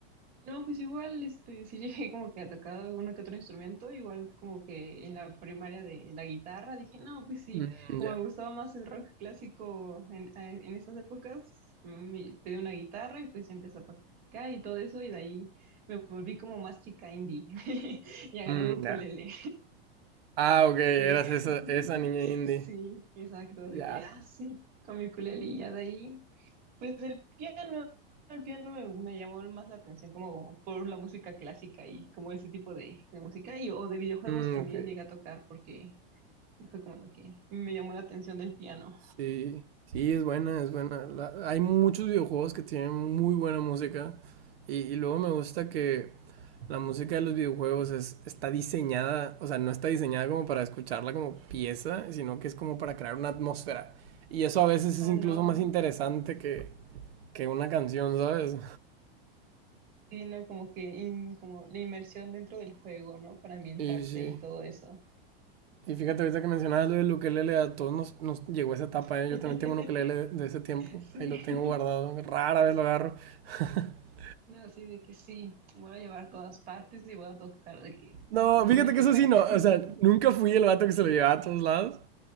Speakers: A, on the right; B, on the right.
A: No, pues igual, este, sí llegué como que a tocar uno que otro instrumento, igual como que en la primaria de la guitarra, dije, no, pues sí,
B: Mm,
A: como
B: ya.
A: me gustaba más el rock clásico en, en, en esas épocas, me pedí una guitarra y pues ya empecé a practicar y todo eso, y de ahí me volví como más chica indie <laughs> y agarré
B: Mm,
A: un ukulele.
B: ya. Ah, ok, eras
A: Sí,
B: esa,
A: <laughs>
B: esa niña indie.
A: sí, exacto,
B: Ya.
A: de que, ah, sí, con mi ukulele y ya de ahí, pues el piano, el piano me, me llamó más la atención como por la música clásica y como ese tipo de, de música y o de videojuegos
B: Mm,
A: también
B: ok.
A: llegué a tocar porque sí fue como lo que me llamó la atención del piano.
B: Sí, sí, es buena, es buena. La- hay muchos videojuegos que tienen muy buena música y, y luego me gusta que la música de los videojuegos es, está diseñada, o sea, no está diseñada como para escucharla como pieza, sino que es como para crear una atmósfera. Y eso a veces
A: Ah,
B: es incluso
A: no,
B: más interesante que, que una canción, ¿sabes?
A: sí, no, como que in- como la inmersión dentro del juego, ¿no? Para ambientarte
B: Sí, sí.
A: y todo eso.
B: Y fíjate, ahorita que mencionabas lo del ukelele, a todos nos, nos llegó esa etapa,
A: <laughs>
B: ¿eh? Yo también tengo un ukelele de, de ese tiempo,
A: Sí.
B: ahí lo tengo guardado, rara vez lo agarro. <laughs>
A: No, así de que sí, voy a llevar a todas partes y voy a tocar de que no,
B: No, fíjate
A: una que
B: que eso
A: otra.
B: sí, no.
A: <laughs>
B: O sea, nunca fui el vato que se lo llevaba a todos lados.